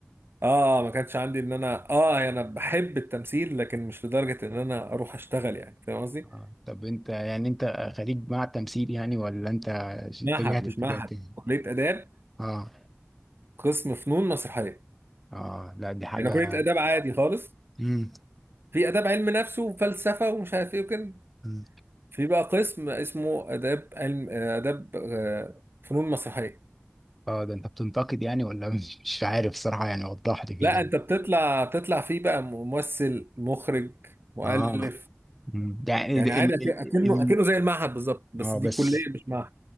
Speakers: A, on the right; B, in the centre.
A: اه ما كانش عندي ان انا اه يعني انا بحب التمثيل لكن مش لدرجه ان انا اروح اشتغل يعني فاهم قصدي؟
B: اه طب انت يعني انت خريج مع التمثيل يعني ولا انت ش-
A: معهد
B: اتجهت
A: مش
B: اتجاه
A: معهد
B: تاني
A: كليه اداب
B: اه
A: قسم فنون مسرحيه
B: اه لا دي حاجة
A: انا كليه اداب عادي خالص
B: امم
A: في اداب علم نفس وفلسفه ومش عارف ايه وكده
B: أمم.
A: في بقى قسم اسمه اداب علم اداب آه، فنون مسرحيه
B: اه ده انت بتنتقد يعني ولا <laughs> مش مش عارف صراحة يعني وضح لي كده
A: لا انت بتطلع بتطلع فيه بقى ممثل مخرج مؤلف
B: اه أمم. يعني
A: يعني
B: ال
A: عادي
B: ال
A: أك-
B: ال
A: اكنه
B: ال-
A: اكنه زي المعهد بالظبط بس
B: اه
A: دي
B: بس
A: كليه مش معهد